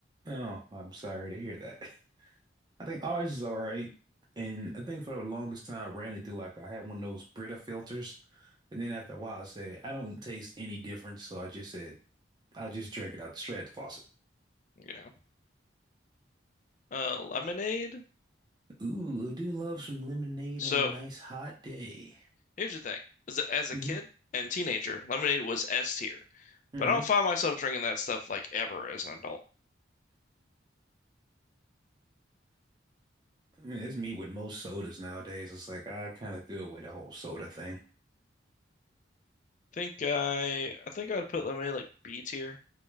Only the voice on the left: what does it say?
You know, uh, lemonade.
So
here's the thing: as a, as a
kid and teenager, lemonade was S tier,
but I don't find myself drinking that stuff like ever as an adult.
Think I, I think I'd put lemonade like B tier